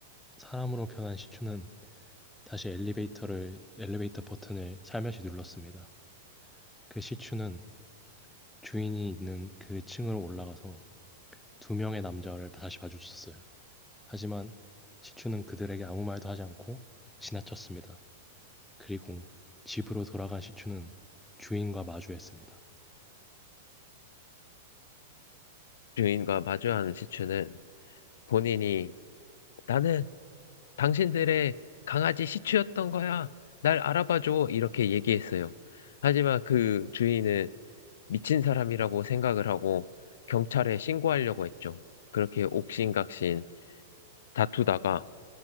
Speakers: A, in the centre; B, on the left.
A: 사람으로 변한 시추는 다시 엘리베이터를 엘리베이터 버튼을 살며시 눌렀습니다. 그 시추는 주인이 있는 그 층으로 올라가서 두 명의 남자를 다시 마주쳤어요. 하지만 시추는 그들에게 아무 말도 하지 않고 지나쳤습니다. 그리고 집으로 돌아간 시추는 주인과 마주했습니다.
B: 주인과 마주한 시츄는 본인이 나는 당신들의 강아지 시츄였던 거야. 날 알아봐줘. 이렇게 얘기했어요. 하지만 그 주인은 미친 사람이라고 생각을 하고 경찰에 신고하려고 했죠. 그렇게 옥신각신 다투다가